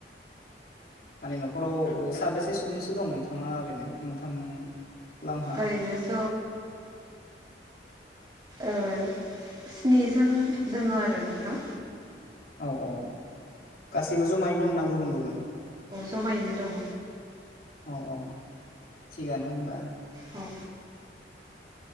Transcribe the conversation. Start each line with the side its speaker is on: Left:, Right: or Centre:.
Left: माने न'खराव साबेसे सुबुंसो दं नोंथाङा ओरैनो नोंथां लांहा
Right: ओरनोथ ओ स्निजोंन दोङ आरो नोंथां
Left: औ औ गासिबो जमायैनो दंना गुबुन गुबुन
Right: जमायैनो दङ
Left: औ औ थिगानो होमबा
Right: औ